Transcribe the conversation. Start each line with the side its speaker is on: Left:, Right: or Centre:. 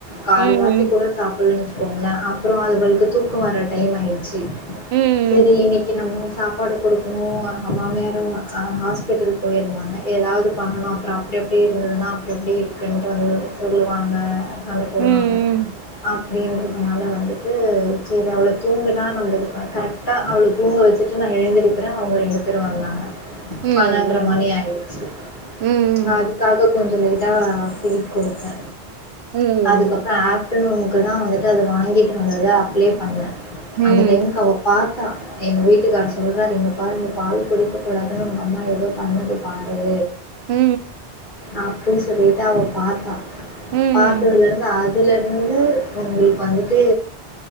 Left: கால்வாசி
Right: ம்.
Left: கூட சாப்புலனு போங்கள அப்பறோ அது அவள்க்கு தூக்க வர டைம் ஆயிடுச்சு
Right: ம்.
Left: செரி இன்னைக்கு நம்ம சாப்பாடு குடுக்கணு எங்க மாமியாரு ஆ ஹாஸ்பிட்டல் போயிருந்தாங்க ஏதாவது பண்ணனு அப்றோ அப்டி அப்டியே இருந்ததுன்னா அப்டி அப்டி இருக்குன்ட்டு வந்து சொல்லுவாங்க சண்ட போடுவாங்க
Right: ம்.
Left: ஆம் நீ <unintelligible> அதனால வந்துட்டு சேரி அவள தூங்குனா நம்ம இது கரெக்டா அவள தூங்க வெச்சுட்டு நா எழுந்திருக்குறே அவுங்க ரெண்டு பேரு வந்தாங்க
Right: ம்.
Left: பன்னென்ர மணி ஆயிடுச்சு
Right: ம்.
Left: நா அதுக்காக கொஞ்சோ லைட்டா ஃபிட் குடுத்தே
Right: ம். ம்.
Left: அதுக்கப்றோ ஆ இதுக்கு தா வந்துட்டு அத வாங்கிட்டு வந்துதா அப்ளை பண்ணே
Right: ம்.
Left: அந்த
Right: ம்.
Left: டைமுக்கு அவ பாத்தா எங்க வீட்டுக்காரர் சொல்றார் இங்க பாருங்கள் பால் குடிக்ககூடாதுன்னு உங்க அம்மா ஏதோ பண்ணுது பாரு
Right: ம்.
Left: ஆப் அப்டின்னு சொல்லிட்டு அவ பாத்தா
Right: ம்.
Left: பாத்ததுல
Right: ம்.
Left: இருந்து அதுல இருந்து ஒங்களுக்கு வந்துட்டு